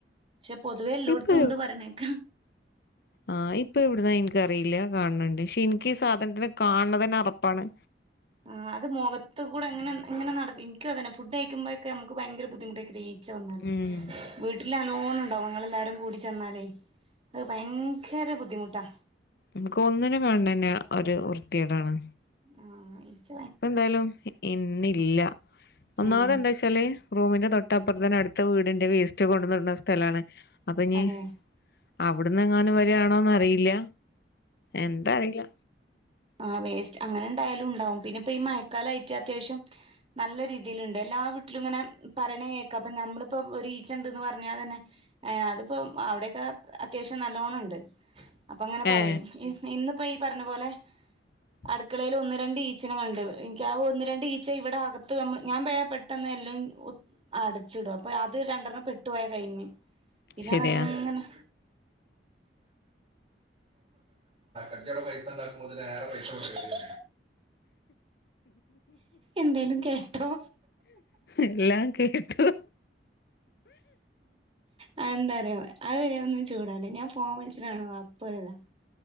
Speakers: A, on the right; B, on the left.
A: പക്ഷെ പൊതുവേ എല്ലോടത്തും
B: ഇപ്പൊ
A: ഉണ്ട് പറയിണകേൾ ക്കാ
B: ആഹ് ഇപ്പൊ എവിടുന്നാ എനിക്കറിയില്ല കാണണണ്ട് പക്ഷെ എനിക്ക് സാധനത്തിനെ കാണ ന്നത് തന്നെ അ റ പ്പാണ്
A: ആ അത് മുഖത്ത് കൂടെ എങ്ങനെ എങ്ങനെ നട അന്നെ ഫുഡ് അയക്കുമ്പോഴക്ക നമുക്ക് ഭയങ്കര ബുദ്ധിമുട്ടൊ ഈ ച്ച വന്നല്
B: ഉം
A: വീട്ടിൽ നല്ലോണം ഉണ്ടവും ങ്ങളെല്ലരും കൂടിച്ചെന്നാലേ അത് ഭയങ്കര ബുദ്ധിമുട്ടാ
B: ഇ ക്ക് ഒന്നിനെ കാണുന്നത് തന്നെ ഒരു വൃത്തിക്കെ ടാണ്
A: ആഹ
B: ഇപ്പ എന്തായാലും ഇന്നില്ല ഒന്നാമത്
A: ആഹ്
B: എന്താ വെച്ചാല് റൂമിന്റെ തൊട്ട അപ്പുറത്ത് തന്നെ അടുത്ത വീടിന്റെ വേസ്റ്റ് കൊണ്ട ഇ ടുന്ന സ്ഥലമാണ് അപ്പൊ ഞ്
A: അതെ
B: അവിടന്ന് എങ്ങാനും വരിയാണോന്ന അറിയില്ല എന്താ അറിയില്ല
A: ആ വേസ്റ്റ് അങ്ങനെ ഇണ്ടായാലും ഉണ്ടാവും പിന്നെ ഇപ്പ ഈ മഴക്കാലയിട്ട അത്യാവശ്യം നല്ല രീതിയിലുണ്ട് എല്ലാ വീട്ടിലും ഇങ്ങനെ പറയണേ കേക്കാം അപ്പൊ നമ്മളിപ്പോഒ രു ഈച്ച ഉണ്ട്ന്ന് പറഞ്ഞാ തന്നെ അതിപ്പോ അവിടെക്കെ അത്യാവശ്യം നല്ലോണംഉ ണ്ട് അപ്പ അങ്ങനെ പറയും
B: ഏ
A: ഇന്നിപ്പോ ഈ പറഞ്ഞ പോലെ
B: <inaudible>
A: അടുക്കളയിൽ ഒന്ന് രണ്ട് ഈ ച്ചനെ കളെ കണ്ട് എനിക്ക് ആ ഒന്ന് രണ്ട് ഈച്ച ഇവിടെ അകത്ത് നമ്മ ഞാൻവേഗം പ്പെട്ടെന്ന് എല്ലാം അടച്ചിടും അപ്പൊ അത് രണ്ടെണ്ണം പെട്ടു പോയ കഴിഞ്ഞ് പിന്നെത
B: ശരിയാ
A: ങ്ങനെ ണ്ടട്ടോേള പൈസ അ വേറെ പൈസ കൊടുല്ല എന്തേലും കേട്ടോ
B: എല്ലാം കേട്ടു
A: അതെന്താറിയൊ അവരെയൊന്നും ചൂടാവണ്ടേ ഞാൻ ഫോൺ വിളിച്ചിട്ടാണ് വാപ്പവരിത